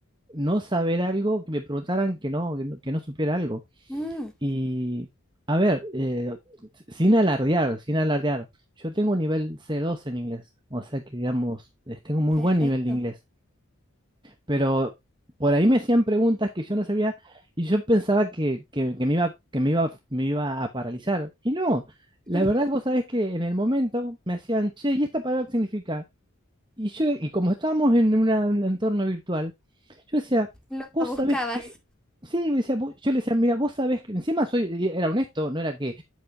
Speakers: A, on the right (about 20°); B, in the centre.
A: no saber algo, que me preguntaran que no, que no, que no supiera algo.
B: Mm,
A: Y, a ver, eh, sin alardear, sin alardear, yo tengo un nivel C2 en inglés, o sea que, digamos, eh, tengo muy
B: perfecto.
A: buen nivel de inglés pero por ahí me hacían preguntas que yo no sabía y yo pensaba que, que- que me iba, que me iba, me iba a paralizar. Y no, la
B: <laughs>
A: verdad que vos sabés que en el momento me hacían, che, ¿y esta palabra qué significa? Y yo, y como estábamos en una- un entorno virtual, yo decía,
B: Lo
A: vos
B: buscabas.
A: sabés que, sí, me decía, "vos-". yo le decía, mira, vos sabés que, encima soy, y era honesto, no era que